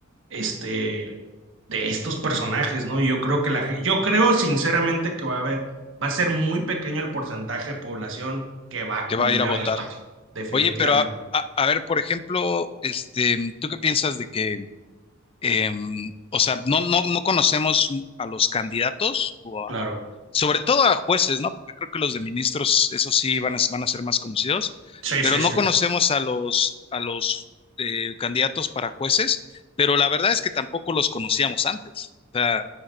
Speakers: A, on the right; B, on the left.
A: este de estos personajes, ¿no? Yo creo que la ge- yo creo sinceramente que va a haber va a ser muy pequeño el porcentaje de población que va a acudir
B: que va a ir a
A: a
B: votar.
A: votar, votar. definitivamente,
B: Oye, pero a, a- a ver, por ejemplo, este, ¿tú qué piensas de que, em, o sea, no, no, no conocemos a los candidatos o
A: claro.
B: a, sobre todo a jueces, ¿no? Porque creo que los de ministros, eso sí, van a, van a ser más conocidos,
A: Sí,
B: pero
A: sí,
B: no
A: sí.
B: conocemos a los, a los eh, candidatos para jueces, pero la verdad es que tampoco los conocíamos antes. O sea,